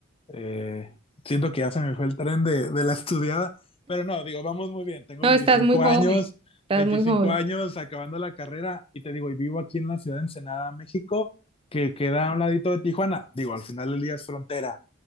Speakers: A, on the left; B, on the right.
A: Eh, siento que ya se me fue el tren de, de la estudiada, pero no, digo, vamos muy bien. Tengo
B: No,
A: 25
B: estás muy joven.
A: años,
B: Estás
A: 25
B: muy joven.
A: años acabando la carrera y te digo, y vivo aquí en la ciudad de Ensenada, México, que queda a un ladito de Tijuana. Digo, al final del día es frontera.